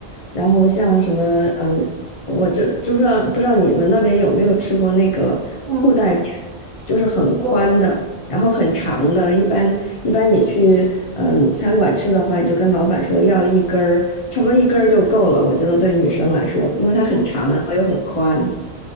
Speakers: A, on the left (about 45°); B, on the right (about 65°).
A: 然后像什么，嗯，我这知不知道不知道你们那边有没有吃过那个裤带面，
B: 嗯，
A: 就是很宽的，
B: 有，
A: 然后很长的。一般一般你去嗯餐馆吃的话，你就跟老板说要一根儿，差不多一根儿就够了。我觉得对女生来说，因为它很长，
B: 嗯，
A: 然后又很宽。